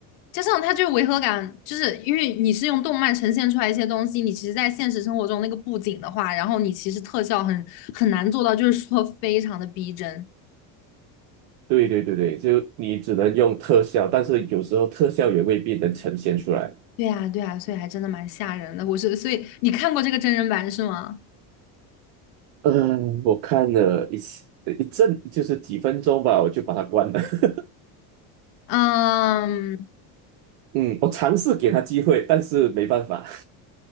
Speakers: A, on the left; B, on the right.
A: 加上他这个违和感，就是因为你是用动漫呈现出来一些东西，你其实在现实生活中那个布景的话，然后你其实特效很很难做到，就是说非常的逼真。
B: 对对对对，就你只能用特效，但是有时候特效也未必能呈现出来。
A: 对呀，对呀，所以还真的蛮吓人的。我是，所以你看过这个真人版是吗？
B: 嗯，我看了一次一阵，就是几分钟吧，我就把它关了。<laughs>
A: 嗯
B: 嗯，我尝试给他机会，但是没办法。